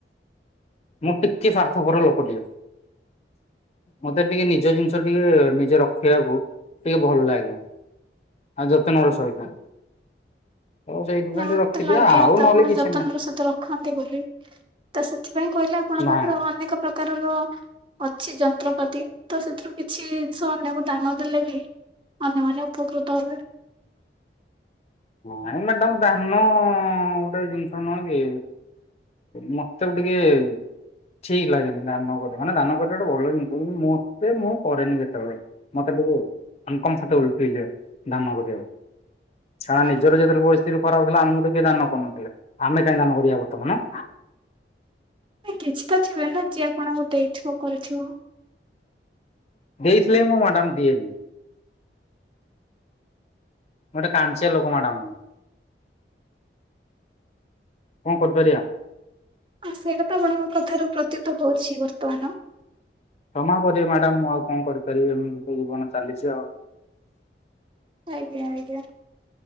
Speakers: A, on the left; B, on the right.
A: ମୁଁ ଟିକେ ସ୍ୱାର୍ଥପର ଲୋକଟିଏ। ମତେ ଟିକେ ନିଜ ଜିନିଷ ଟିକେ ନିଜେ ରଖିବାକୁ ଟିକେ ଭଲ ଲାଗେ ଆଉ ଯତ୍ନର ସହିତ। ତ ସେଇଥିପାଇଁ
B: ନାଇଁ
A: ଟିକେ
B: ମତେ
A: ରଖିଦିଅ
B: ଲାଗେନି
A: ଆଉ
B: ତ
A: ନହେଲେ
B: ଆପଣ
A: କିଛି
B: ଯତ୍ନର
A: ନାହିଁ
B: ସହିତ ରଖନ୍ତି ବୋଲି। ତ ସେଥିପାଇଁ କହିଲି ଆପଣଙ୍କ
A: ନାଇଁ
B: ପାଖରେ ଅନେକ ପ୍ରକାରର ଅଛି ଯନ୍ତ୍ରପାତି ତ ସେଥିରୁ କିଛି ଜିନିଷ ଅନ୍ୟକୁ ଦାନ ଦେଲେ ବି ଅନ୍ୟମାନେ ଉପକୃତ ହେବେ।
A: ହଁ ମ୍ୟାଡ଼ାମ ଦାନ ଅ ଗୁଟେ ଜିନିଷ ନୁହେଁ କି? ମତେ ବି ଟିକେ ଏ ଠିକ୍ ଲାଗେନି ଦାନ କରିବା ମାନେ ଦାନ କରିବାଟା ଭଲ ଜିନିଷ କିନ୍ତୁ ମତେ ମୁଁ କରେନି କେତେବେଳେ। ମତେ ଟିକେ ଅନ୍କମ୍ଫୋର୍ଟଏବୁଲ୍ ଫିଲ ହୁଏ ଦାନ କରିବାକୁ। ଛାଳା
B: ଓହୋ
A: ନିଜର ଯେତେବେଳେ ପରିସ୍ଥିତି ଖରାପ ଥିଲା ଆମକୁ ତ କିଏ ଦାନ କରୁନଥିଲେ ଆମେ କାହିଁ ଦାନ କରିବା ବର୍ତ୍ତମାନ।
B: କିଛି ତ ଥିବେ ନା ଯିଏ ଆପଣଙ୍କୁ ଦେଇଥିବ କରିଥିବ।
A: ଦେଇଥିଲେ ମୁଁ ମାଡ଼ାମ ଦିଏନି। ଗୋଟେ କାଞ୍ଚ୍ୟା ଲୋକ ମାଡ଼ାମ। କଣ କରି ପାରିବା?
B: ଆ ସେଇଟା ତ ଆପଣଙ୍କ କଥାରୁ ପ୍ରତୀତ ହଉଛି ବର୍ତ୍ତମାନ।
A: କ୍ଷମା କରିବେ ମ୍ୟାଡ଼ାମ ମୁଁ ଆଉ କଣ କରିପାରିବି ଏମିତି ତ ଜୀବନ ଚାଲିଚି ଆଉ।
B: ଆଜ୍ଞା ଆଜ୍ଞା